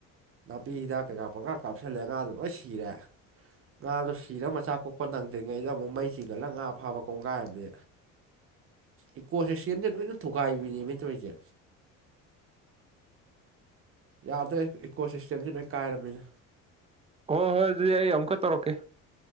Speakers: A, on the right; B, on the right.
A: ꯅꯥꯄꯤ ꯍꯤꯗꯥꯛ ꯀꯩꯀꯥ ꯄꯪꯀꯥ ꯀꯥꯞꯁꯤꯜꯂꯦ ꯉꯥꯗꯨꯣ ꯂꯣꯏ ꯁꯤꯔꯦ ꯉꯥꯗꯣ ꯁꯤꯔ ꯃꯆꯥ ꯀꯣꯛꯄ ꯅꯪꯗ꯭ꯔꯤꯉꯩꯗ ꯑꯃꯨꯛ ꯃꯩ ꯆꯤꯒꯠꯂꯒ ꯉꯥ ꯐꯥꯕ ꯀꯣꯡꯒꯥꯏꯝꯅꯦ ꯏꯀꯣ ꯁꯤꯁꯇꯦꯝꯁꯦ ꯂꯣꯏꯅ ꯊꯨꯒꯥꯏꯕꯤꯅꯦ ꯃꯤ ꯇꯧꯔꯤꯁꯦ ꯌꯥꯗ꯭ꯔꯦ ꯏꯀꯣ ꯁꯤꯁꯇꯦꯝꯁꯤꯦ ꯅꯣꯏ ꯀꯥꯏꯔꯕꯅꯤꯅ
B: ꯍ ꯍꯣꯏ ꯍꯧꯖꯤ ꯑꯩ ꯑꯝꯀ ꯇꯧꯔꯣ ꯀꯦ